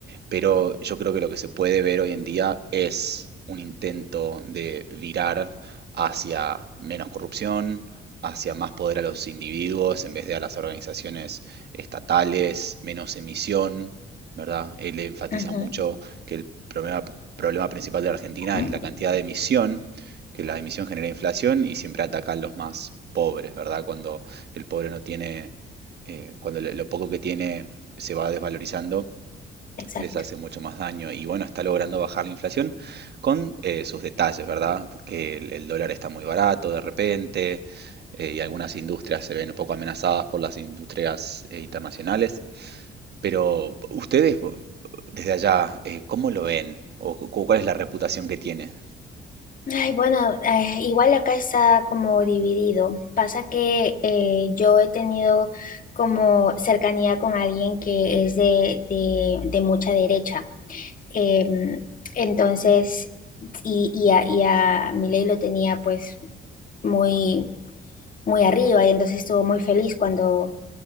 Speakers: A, on the right; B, on the left.
A: pero yo creo que lo que se puede ver hoy en día es un intento de virar hacia menos corrupción, hacia más poder a los individuos en vez de a las organizaciones estatales, menos emisión, ¿verdad? Él enfatiza
B: ujú,
A: mucho que el problema, problema principal de la Argentina
B: ujú.
A: es la cantidad de emisión, que la emisión genera inflación y siempre ataca a los más pobres, ¿verdad? Cuando el pobre no tiene, eh, cuando lo poco que tiene se va desvalorizando,
B: Exacto.
A: les hace mucho más daño. Y bueno, está logrando bajar la inflación con eh, sus detalles, ¿verdad? Que el, el dólar está muy barato de repente eh, y algunas industrias se ven un poco amenazadas por las industrias eh, internacionales. Pero ustedes, desde allá, eh, ¿cómo lo ven? ¿O cu- cuál es la reputación que tiene?
B: Ay, bueno, eh, igual acá está como dividido. Pasa que eh, yo he tenido como cercanía con alguien que es de, de de mucha derecha. Em, entonces, y, y a, y a Milei lo tenía pues muy, muy arriba y entonces estuvo muy feliz cuando,